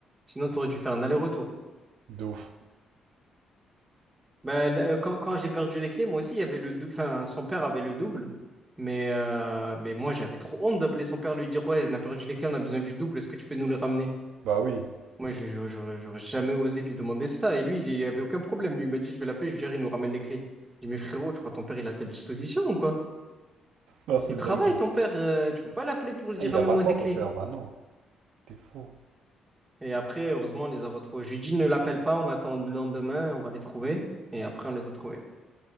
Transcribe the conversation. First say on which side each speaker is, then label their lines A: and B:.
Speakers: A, on the right; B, on the right.
A: Sinon, t'aurais dû faire un aller-retour.
B: De ouf.
A: Bah, là, quand quand j'ai perdu les clés, moi aussi, il y avait le dou- Enfin, son père avait le double. Mais, euh, mais moi, j'avais trop honte d'appeler son père, lui dire, ouais, on a perdu les clés, on a besoin du double, est-ce que tu peux nous les ramener?
B: Bah oui.
A: Moi, je, je- j'aurais j'aurais jamais osé lui demander ça. Et lui, il il avait aucun problème. Lui, il m'a dit, je vais l'appeler, je lui dirai, il nous ramène les clés. J'ai dit, mais frérot, tu crois ton père, il est à ta disposition ou quoi?
B: Non, c'est
A: Il travaille,
B: dinguerie.
A: ton père. euh, tu peux pas l'appeler pour lui
B: Ah,
A: dire,
B: il
A: ramène-moi
B: a pas de temps,
A: des
B: ton
A: clés.
B: père. Bah non. T'es fou.
A: Et après, heureusement, on les a retrouvés. Je lui dis, ne l'appelle pas, on attend le lendemain, on va les trouver. Et après, on les a trouvés.